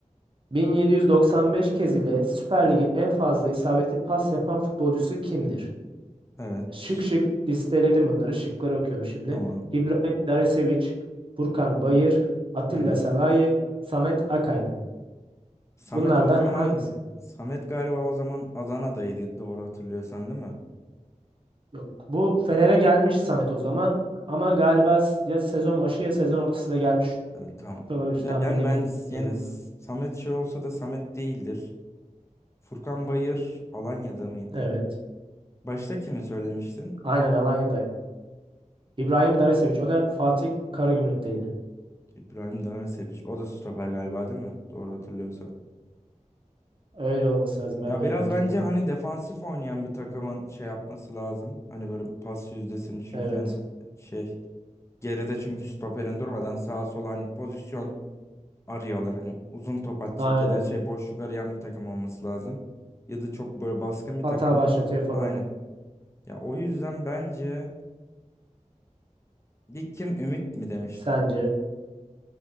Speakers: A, on the right; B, on the left.
A: 1795 kez ile Süper Lig'in en fazla isabetli pas yapan futbolcusu kimdir?
B: Evet.
A: Şık şık listeledim bunları. Şıkları okuyorum şimdi.
B: Tamam.
A: İbrahim Daresevic, Furkan Bayır, Atilla
B: Evet.
A: Salahi, Samet Akaydın.
B: Samet
A: Bunlardan
B: o zaman
A: hangisi?
B: Samet galiba o zaman Adana'daydı doğru hatırlıyorsan değil mi?
A: Yok. Bu Fener'e gelmiş Samet o zaman ama galiba s- ya sezon başı ya sezon ortasında gelmiş
B: Evet tamam.
A: olabilir.
B: Ya
A: Tam
B: yani
A: bilemiyorum.
B: ben s- yine s- Samet şey olsa da Samet değildir. Furkan Bayır Alanya'da mıydı?
A: Evet.
B: Başta kimi söylemiştin?
A: Aynen Alanya'daydı. İbrahim Dareseviç. O da Fatih Karagümrük'teydi.
B: İbrahim Seviç. O da stoper galiba değil mi? Doğru hatırlıyorsam.
A: Öyle olması lazım. Ben
B: Ya
A: de
B: biraz
A: öyle hatırlıyorum.
B: bence hani defansif oynayan bir takımın şey yapması lazım. Hani böyle pas yüzdesini çünkü
A: Evet.
B: hani şey geride çünkü stoperin durmadan sağa sola hani pozisyon arıyorlar. Hani uzun top atacak
A: Aynen.
B: ya da şey boşluk arayan bir takım olması lazım. Ya da çok böyle baskın bir
A: Hata
B: takımın.
A: başlatıyor falan.
B: Aynen. Ya o yüzden bence ilk kim Ümit mi demiştin?
A: Sence?